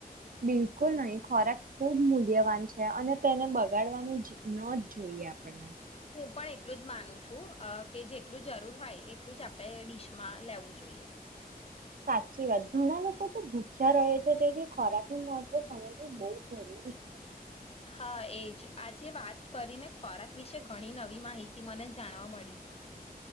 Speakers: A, on the right; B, on the left.
A: બિલકુલ નહીિ ખોરાક ખુબ મૂલ્યવાન છે અને તેને બગાડવાનું ન જ જોઈએ આપને
B: હું પણ એટલું જ માનું છું કે જેટલું જરૂર હોય એટલું જ આપણે ડિશમાં લેવું જોઈએ
A: સાચી વાત ઘણા લોકો તો ભૂખ્યા રહે છે તેથી ખોરાક નું મહત્વ સમજવું બહ જરૂરી છે
B: હા એજ આજે વાત કરીને ખોરાક વિશે ઘણી નવી માહિતી મને જાણવા મળી